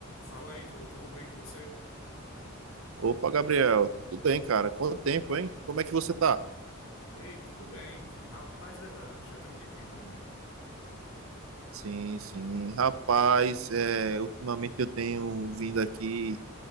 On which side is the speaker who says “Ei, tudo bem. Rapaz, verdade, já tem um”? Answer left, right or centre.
Left